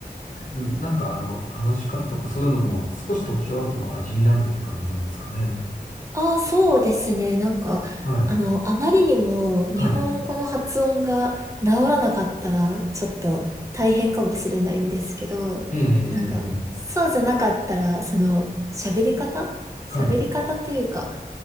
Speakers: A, on the left; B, on the right.
A: うん、なんかあの、話し方とかそういうのも少し特徴あっても味になるっていう感じなんですかね。
B: ああ、そうですね。なんか、
A: はい。
B: あの、あまりにも日本語の発音が治らなかったら、
A: はい。
B: ちょっと大変かもしれないんですけど、
A: ええ、ええ、
B: なんか、
A: ええ。
B: そうじゃなかったら、その、喋り方喋り方というか、
A: はい。